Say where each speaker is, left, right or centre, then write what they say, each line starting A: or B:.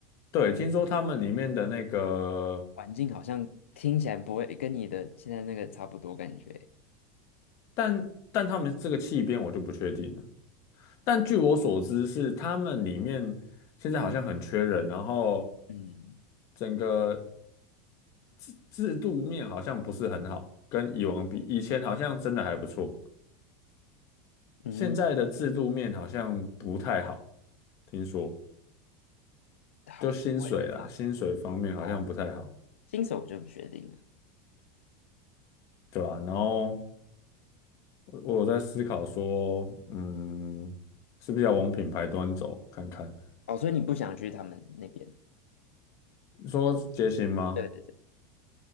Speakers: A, on the left; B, on the left.
A: 对，听说他们里面的那个，
B: 环境好像听起来不会跟你的现在那个差不多感觉。
A: 但但他们这个气编我就不确定了。但据我所知是他们里面现在好像很缺人，然后
B: 嗯
A: 整个制制度面好像不是很好，跟以往比，以前好像真的还不错，
B: 嗯，
A: 现在的制度面好像不太好，听说
B: 好像我也是这样。
A: 就薪水啦，薪水方面好像不太好，
B: 哦，新手我就不确定了。
A: 对吧？然后。我我有在思考说，嗯，是不是要往品牌端走看看？
B: 哦，所以你不想去他们那边？
A: 你说节行吗？
B: 对对对。